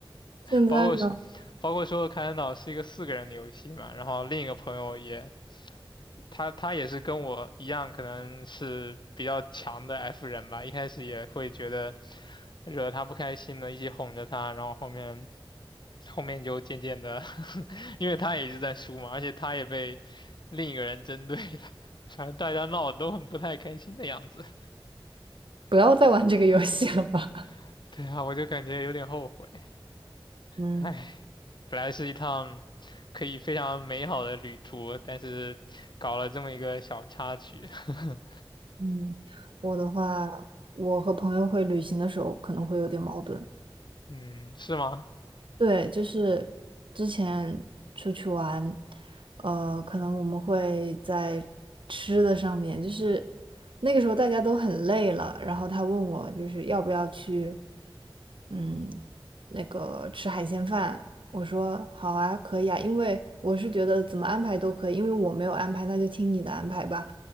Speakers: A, on the left; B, on the right.
A: <laughs>
B: <laughs> 现在呢，
A: 包括是包括说卡坦岛是一个四个人的游戏嘛，然后另一个朋友也他他也是跟我一样，可能是比较强的 F 人吧，一开始也会觉得。惹他不开心的，一起哄着他，然后后面后面就渐渐的因为他也一直在输嘛，而且他也被另一个人针对了，<laughs> 反正大家闹得都很不太开心的样子。
B: 不要再玩这个游戏了吧。<laughs>
A: <laughs> 对啊，我就感觉有点后悔，
B: 嗯
A: 唉，本来是一趟可以非常美好的旅途，但是搞了这么一个小插曲，<laughs>
B: 嗯，我的话，我和朋友会旅行的时候可能会有点矛盾。
A: 嗯，是吗？
B: 对，就是之前出去玩，呃，可能我们会在吃的上面，就是那个时候大家都很累了，然后他问我就是要不要去，嗯，那个吃海鲜饭，我说好啊，可以啊，因为我是觉得怎么安排都可以，因为我没有安排，那就听你的安排吧。